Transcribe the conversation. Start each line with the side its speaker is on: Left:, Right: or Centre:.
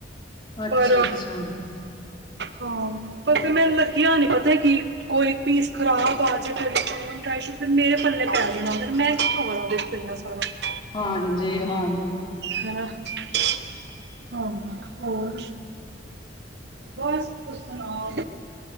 Left: ਅੱਛਾ-ਅੱਛਾ,
Right: ਪਰ ਓਹ ਹਾਂ ਪਰ ਮੈ ਲੱਗਿਆ ਨੀ ਪਤਾ ਕਿ, ਕੋਈ ਪੀਸ ਖ਼ਰਾਬ ਆ ਜੇ ਫੇਰ। ਢਾਈ ਸੋ ਰੁਪਏ ਮੇਰੇ ਪੱਲੇ ਪੈ ਦੇਣਾ ਫ ਮੈਂ ਕਿੱਥੋਂ ਕਰਾਂਗੀ ਇਹਨਾ ਸਾਰਾ।
Left: ਹਾਂਜੀ, ਹਾਂਜੀ।
Right: ਹੈ ਹਾਂ-ਹਾਂ ਹੋਰ? ਬਸ ਤੁੂਸ ਸੁਣਾਓ?